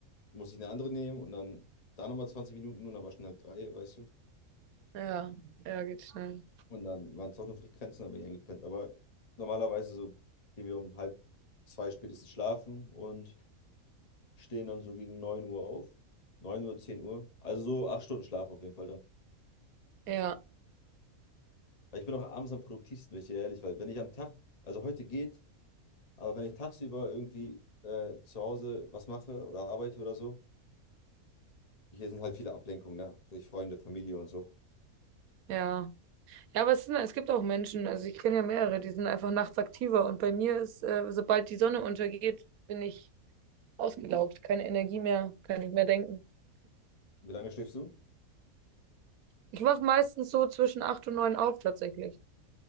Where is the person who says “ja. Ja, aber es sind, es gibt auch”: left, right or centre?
Right